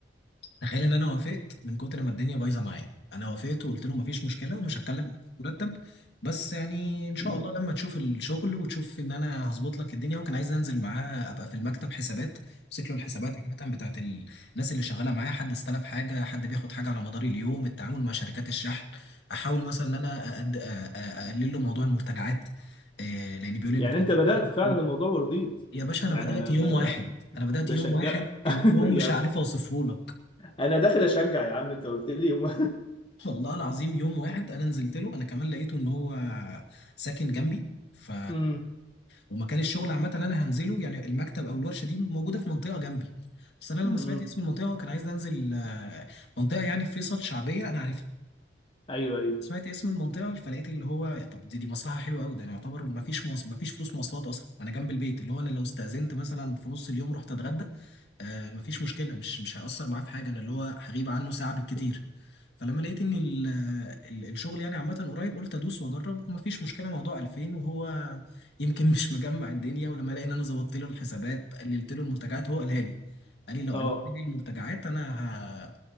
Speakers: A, on the left (about 70°); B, on the left (about 30°).
A: تخيل ان انا وافقت من كتر ما الدنيا بايظه معايا انا وافقت وقلت له مفيش مشكله ومش هتكلم معاك في مرتب بس يعني ان شاء
B: امم
A: الله لما تشوف الشغل وتشوف ان انا هظبط لك الدنيا وكان عايز انزل معاه ابقى في المكتب حسابات امسك له الحسابات عامه بتاعت الناس اللي شغاله معايا حد استلف حاجه حد بياخد حاجه على مدار اليوم التعامل مع شركات الشحن احاول مثلا ان انا أقد- أ- أ- اقلل له موضوع المرتجعات آه، لان بيقول لي المرتجعات
B: يعني انت بدأت فعلا
A: كتير.
B: الموضوع ورضيت
A: يا باشا انا
B: يعني
A: بدات
B: انا
A: يوم
B: ب... ب...
A: واحد انا بدات
B: بشجعك
A: يوم واحد كان
B: <laughs>
A: يوم مش
B: يا
A: عارف
B: اخي
A: اوصفه لك
B: انا داخل اشجع يا عم انت قلت لي يوم <laughs>
A: والله العظيم يوم واحد انا نزلت له انا كمان لقيته ان هو ساكن جنبي ف
B: امم
A: ومكان الشغل عامه اللي انا هنزله يعني المكتب او الورشه دي موجوده في منطقه جنبي بس انا لما
B: امم
A: سمعت اسم المنطقه وكان عايز انزل آه، منطقه يعني في فيصل شعبيه انا عارفها
B: ايوه ايوه
A: فسمعت اسم المنطقة فلقيت اللي هو يا طب دي, دي مصلحة حلوة قوي ده انا يعتبر ما فيش مواص... ما فيش فلوس مواصلات اصلا انا جنب البيت اللي هو انا لو استأذنت مثلا في نص اليوم رحت اتغدى آه ما فيش مشكلة مش مش هيأثر معاه في حاجة انا اللي هو هغيب عنه ساعة بالكتير فلما لقيت ان ال... ال- الشغل يعني عامة قريب قلت ادوس واجرب وما فيش مشكلة موضوع 2000 وهو يمكن <laughs> مش مجمع الدنيا ولما لقى ان انا ظبطت له الحسابات قللت له المرتجعات هو قالها لي قال لي لو
B: اه
A: قللت لي المرتجعات انا